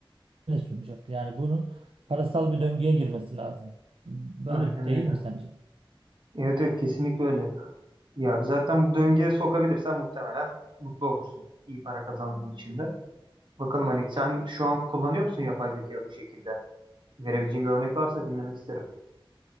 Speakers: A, on the right; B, on the right.
A: ne sunacak? Yani bunun parasal bir döngüye girmesi lazım. Böyle
B: Aynen
A: değil
B: öyle.
A: mi sence?
B: Evet evet kesinlikle öyle. Ya zaten bu döngüye sokabilirsen muhtemelen mutlu olursun. İyi para kazandığın için de. Bakalım hani sen şu an kullanıyor musun yapay zeka bu şekilde? Verebileceğin bir örnek varsa dinlemek isterim.